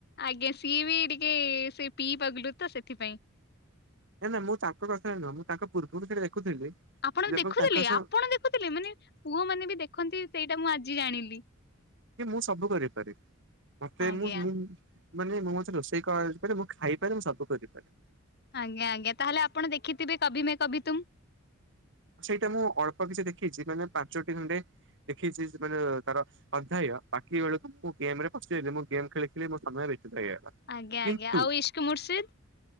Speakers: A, on the left; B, on the right.
A: ଆଜ୍ଞା, ସିଏ ବି ଟିକେ ସେ ପିଇ ପାଗଲୁ ତ ସେଥିପାଇଁ
B: ନାଇଁ ନା ମୁଁ ତାଙ୍କ କଥା ନ ନୁହଁ, ମୁଁ ତାଙ୍କ ପୂର୍ବରୁ ସେଇଟା ଦେଖୁଥିଲି
A: ଆପଣ ଦେଖୁଥିଲେ,
B: ଏବଂ ତାଙ୍କ ସହ
A: ଆପଣ ଦେଖୁଥିଲେ, ମାନେ ପୁଅ ମାନେ ବି ଦେଖନ୍ତି, ସେଇଟା ମୁଁ ଆଜି ଜାଣିଲି
B: କି ମୁଁ ସବୁ କରିପାରିବି । ମତେ
A: ଆଜ୍ଞା
B: ମୁଁ ମୁଁ ମାନେ ମୁଁ ମତେ ରୋଷେଇ କରପାରେ ମୁଁ ଖାଇପାରେ ମୁଁ ସବୁ କରିପାରେ
A: ଆଜ୍ଞା, ଆଜ୍ଞା, ତାହେଲେ ଆପଣ ଦେଖିଥିବେ କବି ମେ କବି ତୁମ ।
B: ସେଇଟା ମୁଁ ଅଳ୍ପ କିଛି ଦେଖିଛି, ମାନେ ପାଞ୍ଚଟି ଖଣ୍ଡେ ଦେଖିଛି ମାନେ ତାର ଅଧ୍ୟାୟ ବାକି ବେଳକୁ ମୁଁ ଗେମ ରେ ପି ମୁଁ ଗେମ୍ ଖେଳିି ମୋ ସମୟ ହେଇଗଲା,
A: ଆଜ୍ଞା
B: କିନ୍ତୁ
A: ଆଜ୍ଞା ଆଉ ଇସ୍କ ମୁର୍ସିଦ